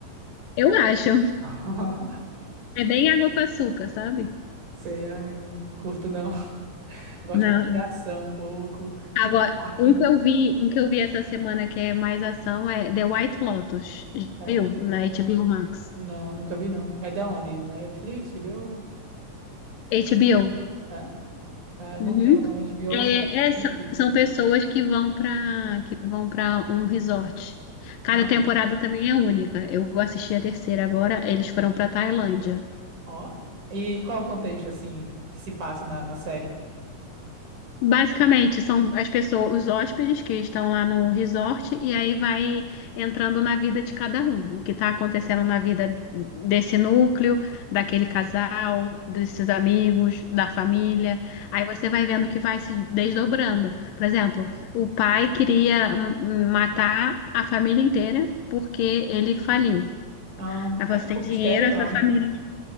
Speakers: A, on the left; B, on the right.
A: Eu acho.
B: <laughs>
A: É bem água com açúcar, sabe?
B: Sei, ai, não curto não. Gosto
A: Não.
B: de ação um pouco,
A: Agora,
B: tipo Park.
A: um que eu vi, um que eu vi essa semana que é mais ação é The White Lotus. Já
B: É,
A: Viu? Na HBO Max.
B: Não, nunca vi não. É da onde? Na Netflix, HBO?
A: HBO.
B: É? É,
A: Uhum.
B: não tenho não, HBO.
A: É,
B: <laughs>
A: é, são,
B: Netflix,
A: são
B: ó.
A: pessoas que vão para que vão para um resort. Cada
B: Ah,
A: temporada também é única. Eu vou assistir a terceira agora. Eles foram para Tailândia.
B: ó. E qual o contexto, assim, que se passa na, na série?
A: Basicamente, são as pessoas, os hóspedes que estão lá no resort, e aí vai entrando na vida de cada um, o que está acontecendo na vida desse núcleo, daquele casal, desses amigos, da família. Aí você vai vendo que vai se desdobrando. Por exemplo, o pai queria hum, matar a família inteira porque ele faliu.
B: Ah,
A: Aí você
B: o
A: tem dinheiro,
B: mistério não,
A: essa família.
B: né?